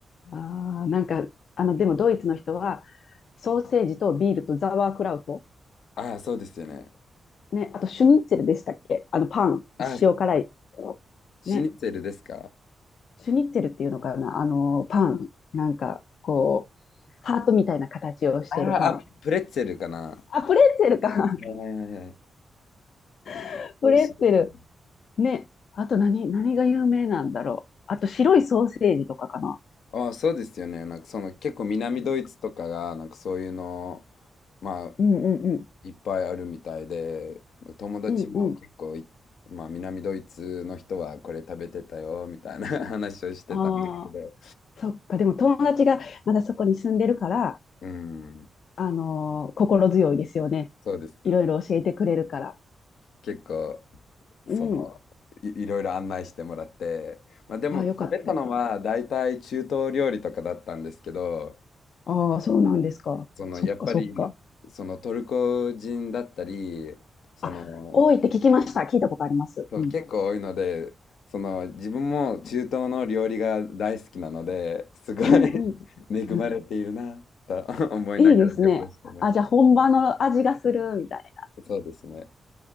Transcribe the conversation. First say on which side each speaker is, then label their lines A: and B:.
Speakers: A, on the left; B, on the left.
A: ああ、なんか、あの、でもドイツの人は、ソーセージとビールとザワークラウト。
B: ああ、そうですよね。
A: ね、あとシュニッツェルでしたっけあの、パン、
B: ああ、
A: 塩辛い。
B: シニッツェルですか
A: ね、シュニッツェルっていうのかなあの、パン。なんか、こう、ハートみたいな形をしてるパン。
B: ああ、あプレッツェルかな。
A: あ、プレッツェルか。
B: はいはいはいはい。
A: <laughs>
B: 美味しいですね。
A: プレッツェル。ね。あと何、何が有名なんだろう。あと白いソーセージとかかな。
B: ああ、そうですよね。なんかその結構南ドイツとかがなんかそういうの、まあ
A: うんうんうん。
B: いっぱいあるみたいで、友達も結構い、
A: うんうん。
B: まあ南ドイツの人はこれ食べてたよみたいな <laughs> 話をしてたんですけど、
A: ああ、そっか。でも友達がまだそこに住んでるから、
B: うん、
A: あのー心強いですよね。
B: そうです。
A: いろいろ教えてくれるから。
B: 結構
A: うん。
B: そのい、いろいろ案内してもらって、まあでも食べたのは大体中東料理とかだったんですけど、
A: ああ、よかった。よかったああ、そうなんですか。
B: そのやっぱりそのトルコ人だったり、
A: そっかそっか。
B: その
A: あ、多いって聞きました。聞いたことあります。
B: そう結構多いので、
A: うん。
B: その自分も中東の料理が大好きなので、すごい <laughs>
A: うんうん。
B: 恵まれているなと
A: うん
B: <laughs> 思いながら旅行してまし
A: いいですね。あ、じゃあ本場の味がするみたい
B: た。そうですね。